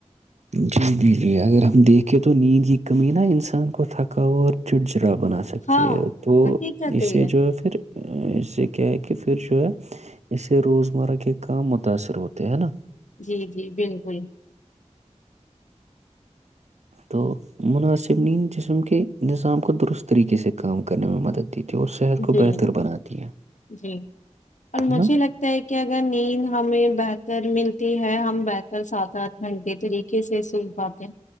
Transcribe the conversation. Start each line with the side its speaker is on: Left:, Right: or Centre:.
Right: جی جی جی اگر ہم دیکھیں تو نیند کی کمی نہا انسان کو تھکاو اور چٹ ج کچرا بنا سکتی
Left: ہاں
Right: ہے تو
Left: حقیقت
Right: اسے
Left: یہ
Right: جو ہے پھر اس سے کیا ہے کہ پھر جو ہے اسے روزمرہ کے کام متاثر ہوتے ہیں نا
Left: جی جی بالکل
Right: تو مناسب ن جسم کے نظام کو درست طریقے سے کام کرنے میں مدد دیتی ہے اور صحت کو
Left: جی
Right: بہتر بناتی ہے
Left: جی
Right: ہے
Left: اور مجھے
Right: نا
Left: لگتا ہے کہ اگر نیند ہمیں بہت ر ملتی ہے ہم بہتر سات آٹھ گھنٹے طریقے سے سوکھ پاتے ہیں